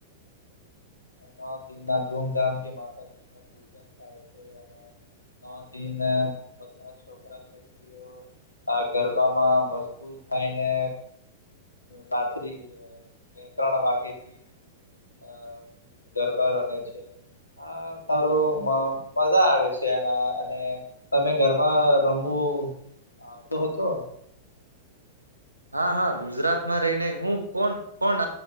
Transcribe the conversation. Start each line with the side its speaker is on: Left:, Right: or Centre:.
Left: એના દિનના ધૂમધામથી માતાજી ન પૂજન થાય છે. <inaudible> નો દિન બધા છોકરા <inaudible> આ ગરબામાં મશગૂલ થાયને રાત્રિ બે-ત્રણ વાગે થી અ ગરબા રમે છે. હા સારું મજા આવે છે એના અને તમે ઘરમાં રમવું આવતો હતો?
Right: હા હા ગુજરાતમાં રહીને હું કોણ કોણ